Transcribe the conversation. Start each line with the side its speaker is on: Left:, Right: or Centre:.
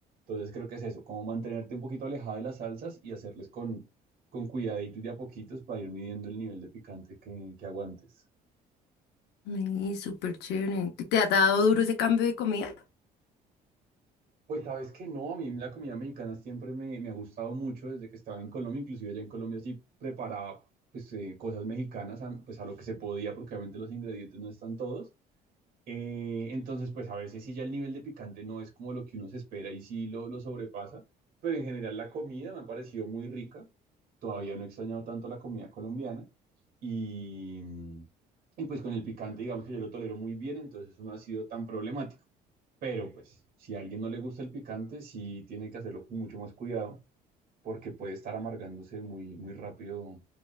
Right: Entonces creo que es eso, como mantenerte un poquito alejada de las salsas y hacerles con, con cuidadito y de a poquitos para ir midiendo el nivel de picante que, que aguantes.
Left: Ay, súper chévere. ¿Te te ha dado duro ese cambio de comida?
Right: Pues sabes que no, a mí la comida mexicana siempre me, me ha gustado mucho desde que estaba en Colombia, inclusive allá en Colombia sí preparaba pues eh, cosas mexicanas a, pues a lo que se podía, porque obviamente los ingredientes no están todos, eh, entonces, pues a veces sí ya el nivel de picante no es como lo que uno se espera y sí lo, lo sobrepasa, pero en general la comida me ha parecido muy rica. Todavía no he extrañado tanto la comida colombiana y, y pues con el picante digamos que yo lo tolero muy bien, entonces eso no ha sido tan problemático. Pero pues si a alguien no le gusta el picante, sí tiene que hacerlo con mucho más cuidado porque puede estar amargándose muy, muy rápido